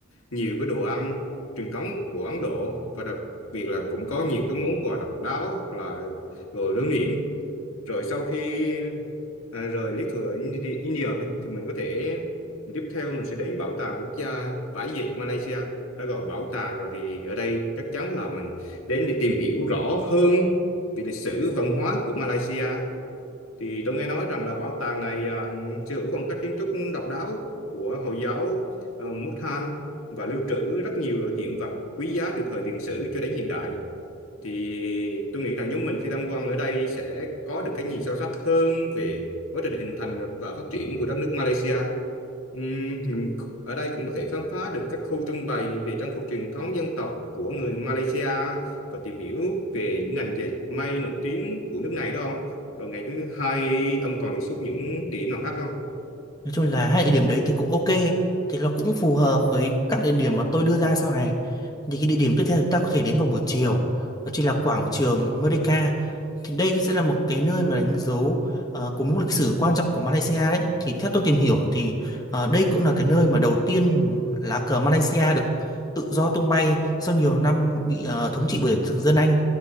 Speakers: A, on the left; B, on the left.
A: nhiều cái đồ ăn truyền thống của Ấn Độ và đặc biệt là cũng có nhiều cái món quà độc đáo hoặc là đồ lưu niệm rồi sau khi à, rời lý thừa Indi- India ấy, thì mình có thể tiếp theo mình sẽ đến bảo tàng quốc gia vải dệt Malaysia đã gọi bảo tàng rồi thì ở đây chắc chắn là mình đến để tìm hiểu rõ hơn về lịch sử văn hóa của Malaysia thì tôi nghe nói rằng là bảo tàng này à, sở hữu phong cách kiến trúc độc đáo của Hồi giáo uh, Mukhan và lưu trữ rất nhiều hiện vật quý giá từ thời tiền sử cho đến hiện đại thì tôi nghĩ rằng nhóm mình khi tham quan ở đây sẽ có được cái nhìn sâu sắc hơn về quá trình hình thành và phát triển của đất nước Malaysia. Ừm, mình ở đây cũng có thể khám phá được các khu trưng bày về trang phục truyền thống dân tộc của người Malaysia và tìm hiểu về những ngành dệt may nổi tiếng của nước này đó ông. Rồi ngày thứ hai ông còn đề xuất những điểm nào khác không?
B: Nói chung là hai địa điểm đấy thì cũng ok thì nó cũng phù hợp với các địa điểm mà tôi đưa ra sau này thì cái địa điểm tiếp theo chúng ta có thể đến vào buổi chiều đó chính là quảng trường Merdeka thì đây sẽ là một cái nơi mà đánh dấu uh, của mốc lịch sử quan trọng của Malaysia đấy thì theo tôi tìm hiểu thì ờ, đây cũng là cái nơi mà đầu tiên lá cờ Malaysia được tự do tung bay sau nhiều năm bị ờ, thống trị bởi thực dân Anh